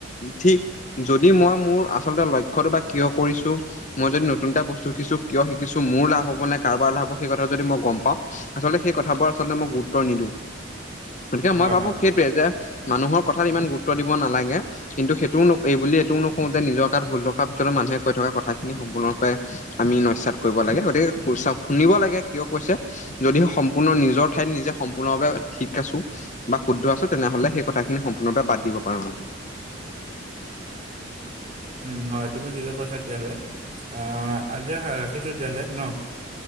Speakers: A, on the left (about 40°); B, on the right (about 40°).
A: ঠিক- যদি মই মোৰ আচলতে লক্ষ্যটো বা কিয় কৰিছো। মই যদি নতুনটা বস্তু শিকিছো কিয় শিকিছো মোৰ লাভ হব নে কাৰোৰ লাভ হব সেই কথা য মই গম পাম। আচলতে সেই কথাবোৰ আচলতে মই গুৰুত্ব নিদিওঁ গতিকে
B: হয়
A: মই ভাবো
B: হয় হয় হয়
A: সেইটোৱে যে- মানুহৰ কথাত ইমান গুৰুত্ব দিব নালাগে। কিন্তু সেইটোও এই বুলি এইটোও নকওঁ যে নিজৰ গাত ভুল থকাৰ পিছতো মানুহে কৈ থকা কথাখিনি সম্পূৰ্ণৰূপে- আমি নস্যাত, কৰিব লাগে গতিকে শুনিব লাগে কিয় কৈছে। যদি সম্পূৰ্ণ নিজৰ ঠাইত নিজে- সম্পূৰ্ণৰে ঠিক আছোঁ বা শুদ্ধ আছোঁ। তেনেহলে সেই কথাখিনি সম্পূৰ্ণৰপে বাদ দিব পাৰোঁ আমি
B: উম হয় তুমি ঠিকে কৈছা। তেতিয়াহ'লে অহ আজি ৰাখিছোঁ তেতিয়াহ'লে নহ